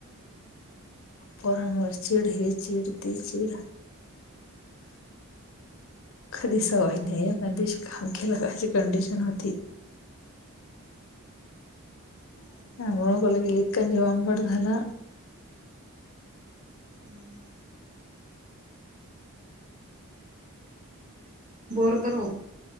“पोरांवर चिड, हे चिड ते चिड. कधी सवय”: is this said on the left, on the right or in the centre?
Left